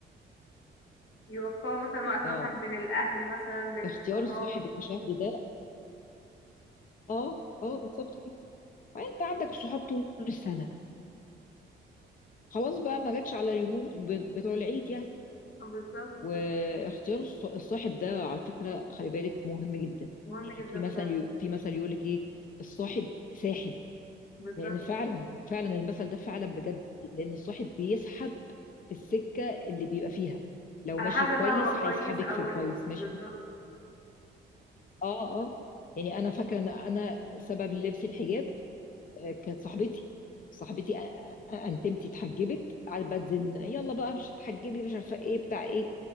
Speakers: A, on the left; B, on the left.
A: يوفقوا مثلا وقت
B: اه
A: مثلا بين الاهل مثلا بين
B: اختيار
A: الصحاب
B: الصاحب المشاهد ده اه اه بالظبط كده انت عندك صحاب طول السنه خلاص بقى ما جاتش على اليومين ب- بتوع العيد يعني
A: بالظبط
B: واختيار الص- الصاحب ده على فكره خلي بالك مهم جدا
A: مهم
B: يعني
A: جدا
B: في مثلا
A: فعلا
B: في مثل يقول لك ايه الصاحب ساحب
A: بالظبط
B: لان فعلا فعلا المثل ده فعلا بجد لان الصاحب بيسحب في السكه اللي بيبقى فيها لو
A: على
B: ماشي
A: حسب
B: كويس
A: بقى هو كويس
B: هيسحبك
A: او
B: في الكويس
A: وحش
B: ماشي
A: بالظبط
B: اه اه يعني انا فاكره ان انا سبب لبس الحجاب آه، كانت صاحبتي صاحبتي آ- آ- انتمتي اتحجبت قعدت بقى تزن يلا بقى مش هتحجبي مش عارفه ايه بتاع ايه